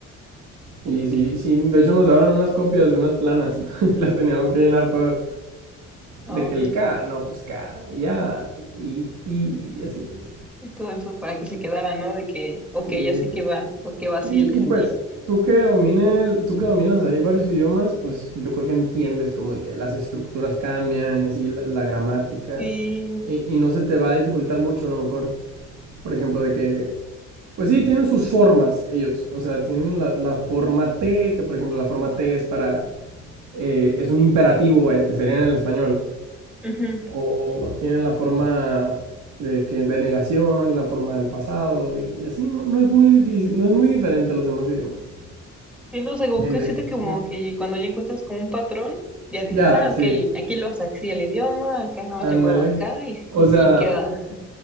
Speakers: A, on the right; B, in the centre.
A: Y
B: ok.
A: sí, sí, de hecho nos daban unas copias de unas planas. <laughs> y las teníamos que llenar todas.
B: No,
A: De que el
B: pues
A: K, no, pues K, ya, y, y, así pues.
B: Y todo eso para que se quedara, ¿no? De que, ok,
A: Sí.
B: ya sé que va, o que va así
A: Y,
B: el kanji.
A: y pues, tú que domines, tú que dominas ahí varios idiomas, pues yo creo que entiendes como de que las estructuras cambian y así la, la gramática.
B: Y,
A: Y, y no se te va a dificultar mucho a lo mejor. Por ejemplo, de que, pues sí, tienen sus formas ellos. O sea, tienen la, la forma T, que por ejemplo la forma T es para, eh, es un imperativo, vaya, que sería en el español.
B: ujú.
A: O, o tienen la forma de, que, de negación, la forma del pasado y, y así. No, no es muy difícil, no es muy diferente a los demás idiomas.
B: y no, sé, como
A: en
B: que
A: ese
B: siento
A: sentido.
B: que como que cuando ya encuentras como un patrón, ya dices,
A: Ya,
B: ah,
A: sí,
B: ok, aquí lo haces así el idioma, acá nada
A: ándale.
B: más le muevo acá y,
A: O sea,
B: y queda.